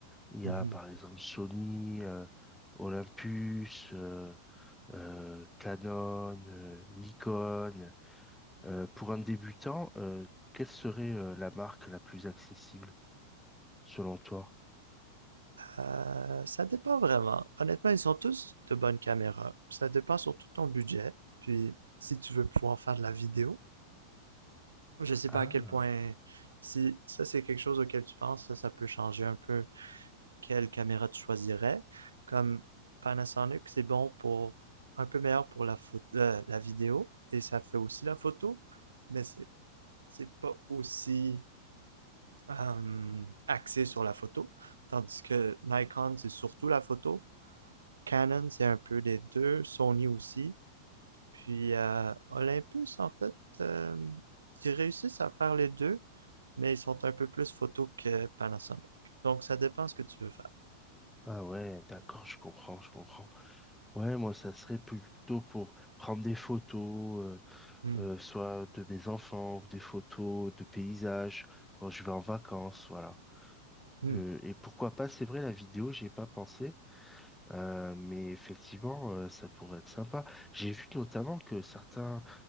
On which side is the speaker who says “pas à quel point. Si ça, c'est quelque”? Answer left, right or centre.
Right